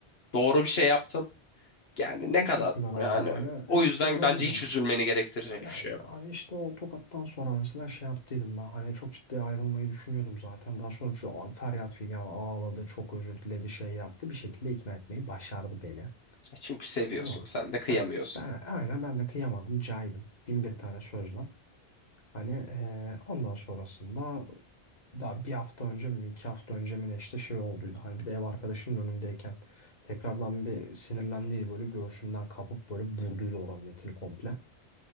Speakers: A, on the left; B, on the left.
A: Doğru bir şey yaptın. Yani
B: E teşekkürler
A: ne kadar
B: abi
A: yani
B: hani
A: o
B: e işte
A: yüzden
B: öyle
A: bence
B: olunca
A: hiç üzülmeni gerektirecek
B: Yani
A: bir şey yok.
B: hani işte o tokattan sonra mesela şey yaptıydım ben hani çok ciddi ayrılmayı düşünüyordum zaten. Daha sonra şu a- feryat figan ağladı çok özür diledi şey yaptı bir şekilde ikna etmeyi başardı beni.
A: E Çünkü seviyorsun
B: Tamam. mı?
A: sen de kıyamıyorsun.
B: Heh, ben, aynen ben de kıyamadım caydım bin bir tane sözle. Hani eee, ondan sonrasında daha bir hafta önce mi iki hafta önce mi ne işte şey olduydu. Hani bir de ev arkadaşının önündeyken tekrardan bir sinirlendiydi böyle göğsümden kapıp böyle burduydu oranın etini komple.